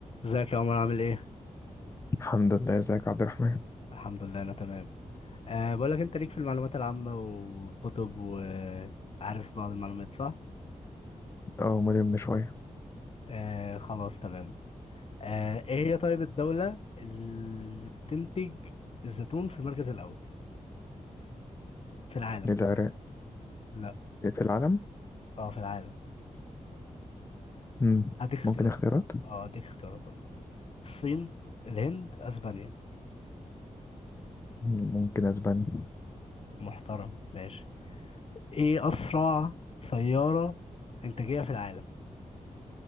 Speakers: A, on the left (about 45°); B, on the left (about 20°).
A: ازيك يا عمر عامل ايه؟
B: الحمد لله ازيك يا عبد الرحمن
A: الحمد لله انا تمام أه بقول لك انت ليك في المعلومات العامة والكتب وعارف بعض المعلومات صح؟
B: اه مريم من شوية
A: أه خلاص تمام أه ايه هي طيب الدولة اللي بتنتج الزيتون في المركز الأول في العالم؟
B: للعراق
A: لا
B: في العالم
A: اه في العالم
B: مم.
A: هديك اختيارات
B: ممكن اختيارات
A: اه هديك اختيارات طبعا الصين الهند اسبانيا
B: مم، ممكن اسبانيا
A: محترم ماشي ايه أسرع سيارة إنتاجية في العالم؟